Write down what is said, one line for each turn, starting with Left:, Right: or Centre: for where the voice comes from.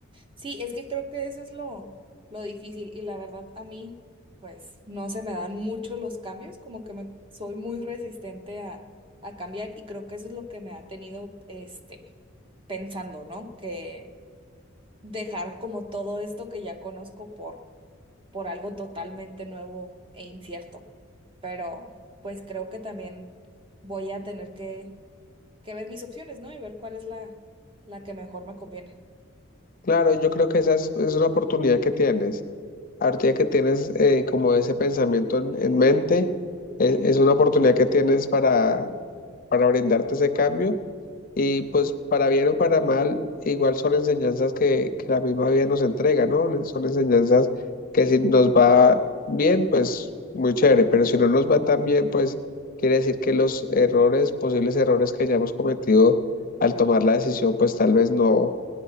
Right: Sí, es que creo que eso es lo, lo difícil y la verdad a mí, pues no se me dan mucho los cambios, como que me, soy muy resistente a, a cambiar y creo que eso es lo que me ha tenido, este, pensando, ¿no? Que dejar como todo esto que ya conozco por por algo totalmente nuevo e incierto. Pero pues creo que también voy a tener que, que ver mis opciones, ¿no? Y ver cuál es la, la que mejor me conviene.
Left: Claro, yo creo que esa es, es una oportunidad que tienes. Ahorita que tienes eh, como ese pensamiento en en mente. Es, es una oportunidad que tienes para para brindarte ese cambio. Y pues para bien o para mal, igual son enseñanzas que, que la misma vida nos entrega, ¿no? Son enseñanzas que si nos va bien, pues muy chévere, pero si no nos va tan bien, pues quiere decir que los errores, posibles errores que hayamos cometido al tomar la decisión, pues tal vez no,